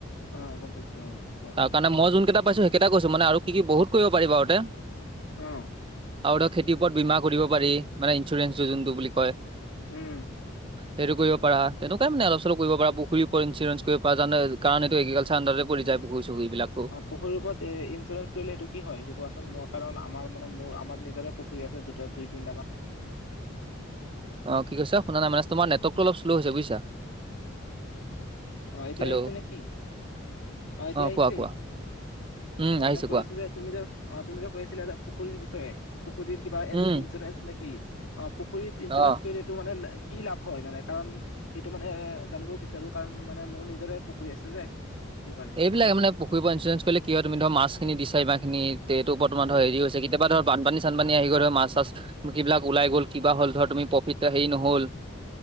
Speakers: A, on the left; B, on the right.
A: অ গম পাইছো অ ক
B: তাৰ কাৰণ মই যোনকেইটা পাইছো সেইকেইটা কৈছো মানে কি কি বহুত কৰিব পাৰিব আৰু তে
A: অ
B: আৰু এটা খেতিৰ ওপৰত বীমা কৰিব পাৰি মানে ইঞ্চুৰেঞ্চটো যোনটো বুলি কয়
A: উম
B: সেইটো কৰিব পাৰা তেনেকুৱাই মানে অলপ চলপ কৰিব পাৰা পুখুৰী ওপৰত ইঞ্চুৰেঞ্চ কৰিব পাৰা য জানে কাৰণ এইটো এগ্ৰিকালচাৰ আণ্ডাৰতে পৰি যাই পুখুৰী চুখুৰি এই বিলাক
A: অ পুখুৰী ওপৰত তে ইঞ্চুৰেঞ্চ কৰিলে সেইটো কি হয় সেইটো কোৱাচোন মোৰ কাৰণ আমাৰ মানে মোৰ আমাৰ নিজৰে পুখুৰী আছে দুটা দুই তিনিটা মান
B: অ কি কৈছা শুনা নাই মানেছ তোমাৰ নেৱৰ্কটো অলপ শ্লো হৈছে বুজিছা।
A: অ এতিয়া
B: হেল্ল'
A: আহিছে নে কি? অ এতিয়া আহিছে?
B: কোৱা কোৱা উম
A: অ
B: আহিছে
A: মানে কৈ
B: কোৱা
A: আছো যে তুমি যে অ তুমি যে কৈ আছিলা এ পুখুৰীৰ বিষয়ে পুখুৰীত কিবা
B: উম
A: ইঞ্চুৰেঞ্চ নেকি অ পুখুৰীত ইঞ্চুৰেঞ্চ
B: অ'।
A: কৰিলে টো মানে লে কি লাভ হয় মানে কাৰণ সেইটো মানে জানিব বিচাৰো কাৰণ মানে মোৰ নিজৰে পুখুৰী আছে যে সেইকাৰণ
B: এইবিলাক মানে পুুৰী ইঞ্চুৰেঞ্চ কৰিলে কি হয় তুমি ধৰ মাছখিনি দিছাৰিবাখিনি তে এইটো বৰ্তমান
A: উম
B: ধৰ হেৰি হৈছ- কেতিয়াবা ধৰ বান চানপানী আহি গ ধ মাছ চাছ সেইবিলাক ওলাই গ'ল কিবা হ'ল ধৰ তুমি প্ৰফিতা সেই নহল